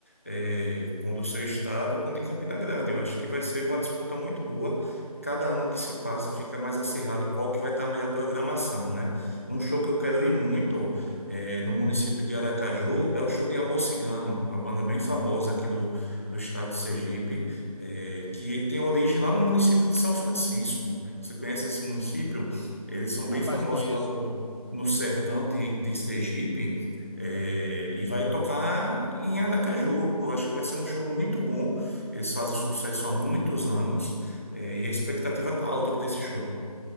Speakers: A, on the left (about 20°); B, on the left (about 45°).
A: eh, com o do seu estado, com o de Campina Grande. Eu acho que vai ser uma disputa muito boa. Cada ano que se passa fica mais acirrado qual que vai estar a melhor programação, né? Um show que eu quero ir muito eh, no município de Aracaju é o show de Amor Cigano, uma banda bem famosa aqui do, do estado de Sergipe, eh, que tem origem lá no município de São Francisco. Você conhece esse município? Eles são bem
B: Rapaz,
A: famosos
B: conheço.
A: lá no, no sertão
B: Co-
A: de, de Sergipe. É, e vai tocar em Aracaju. Eu acho que vai ser um show muito bom. Eles fazem sucesso há muitos anos, é, e a expectativa tá alta para esse show.